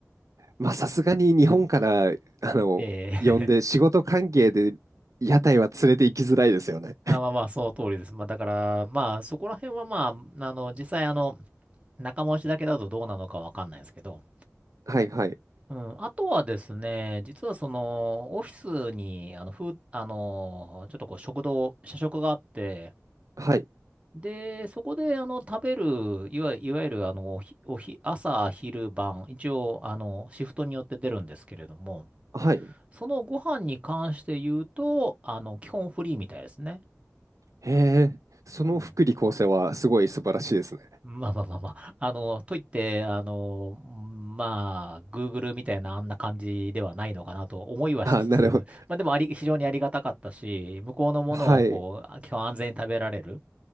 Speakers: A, on the right (about 80°); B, on the right (about 25°).
A: まあ、さすがに日本から、あの、
B: <laughs>
A: 呼んで仕事関係で屋台は連れて行きづらいですよね。
B: ええあ、まあまあ、その通りです。まあ、だから、まあ、そこら辺はまあ、あの、実際あの、仲間内だけだとどうなのかわかんないですけど。
A: はいはい。
B: うん。あとはですね、実はその、オフィスに、あの、ふう、あの、ちょっとこう、食堂、社食があって、
A: はい。
B: で、そこで、あの、食べる、いわ、いわゆる、あの、おひ、おひ、朝、昼、晩、一応、あの、シフトによって出るんですけれども、
A: はい。
B: そのご飯に関して言うと、あの、基本フリーみたいですね。
A: へえ、その福利厚生はすごい素晴らしいですね。
B: うん。まあまあまあまあ。あの、といって、あの、まあ、Google みたいなあんな感じではないのかなと思いはしつつ、
A: あ、なるほど。
B: まあでもあり、非常にありがたかったし、向こうのものをこう、
A: はい。
B: 基本安全に食べられる